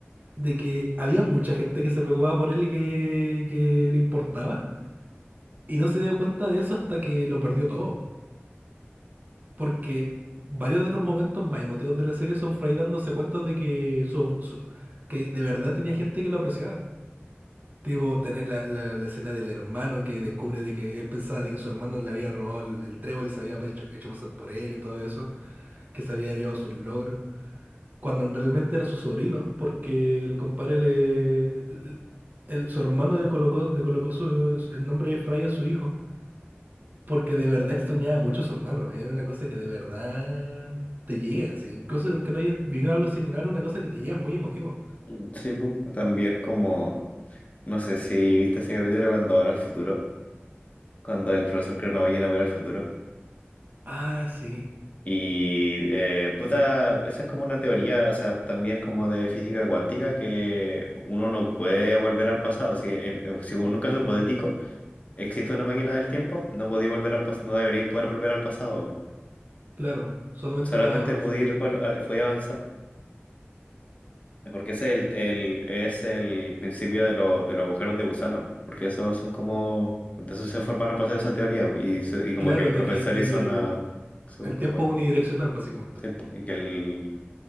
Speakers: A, on the right; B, on the left.
A: de que había mucha gente que se preocupaba por él y que, que le importaba. Y no se dio cuenta de eso hasta que lo perdió todo. Porque varios de los momentos más emotivos de la serie son Fry dándose cuenta de que, su- su- que de verdad tenía gente que lo apreciaba. Tipo, tener la, la- la escena del hermano que descubre de que él pensaba de que su hermano le había robado el, el trébol y se había hecho, hecho pasar por él y todo eso, que se había llevado sus logros. cuando realmente era su sobrino, porque el compadre le... el- su hermano le colocó, le colocó su- el nombre de Fry a su hijo, porque de verdad extrañaba mucho a su hermano. Es una cosa que de verdad te llega, sí. Incluso aunque no hayas vivido algo similar, una cosa que te llega es muy emotivo.
B: Mm, Sí, pues, también como, no sé si viste ese capítulo cuando van al futuro, cuando el profesor crea una máquina para ir al futuro.
A: Ah, sí,
B: Y eh, puta, esa es como una teoría, o sea, también como de física cuántica, que uno no puede volver al pasado. Si en, eh, si en un caso hipotético existe una máquina del tiempo, no podéis volver al pas- no deberíais poder volver al pasado.
A: claro, solamente
B: Solamente
A: puedes avanzar.
B: podéis ir por- a- podéis avanzar. Porque ese es el, el- es el principio de, lo- de los agujeros de gusano, po. porque esos son como, de eso se formaron para hacer esa teoría, po. y, se- y como
A: Claro,
B: que el profesor
A: de que, de
B: hizo
A: que
B: una,
A: el,
B: sí, po,
A: el
B: como,
A: tiempo es unidireccional, básicamente.
B: sí, po, y que el